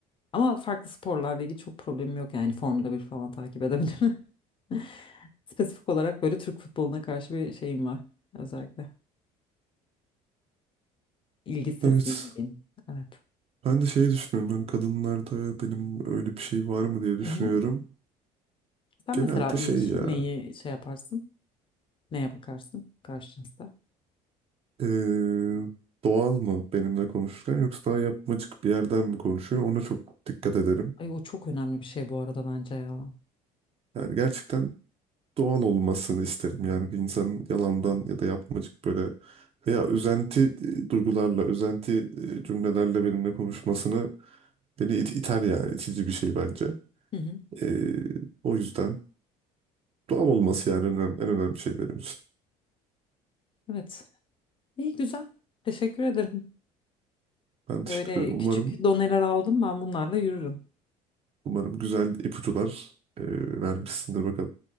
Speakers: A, on the left; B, on the right.
A: Ama farklı sporlarla ilgili çok problemim yok yani Formula bir falan takip edebilirim. <laughs> Spesifik olarak böyle Türk futboluna karşı bir şeyim var özellikle. İlgisizliğim
B: Evet.
A: diyeyim. Evet.
B: Ben de şeyi düşünüyorum. Hani kadınlarda benim öyle bir şey var mı diye düşünüyorum.
A: Hı hı. Sen
B: Genelde
A: mesela ilk
B: şey ya.
A: neyi şey yaparsın? Neye bakarsın karşınızda?
B: e, doğal mı benimle konuşurken yoksa daha yapmacık bir yerden mi konuşuyor? Ona çok dikkat ederim.
A: Ay o çok önemli bir şey bu arada bence ya.
B: Yani gerçekten doğal olmasını isterim. Yani bir insanın yalandan ya da yapmacık böyle veya üzenti e, duygularla, üzenti e, cümlelerle benimle konuşmasını beni it iter yani. itici bir şey bence.
A: Hı hı.
B: Ee, o yüzden doğal olması yani önem- en önemli şey benim için.
A: Evet. İyi güzel. Teşekkür ederim.
B: Ben teşekkür
A: Böyle
B: ederim.
A: küçük
B: Umarım
A: doneler aldım ben bunlarla yürürüm.
B: umarım güzel ipuçlar e, vermişsindir bakalım.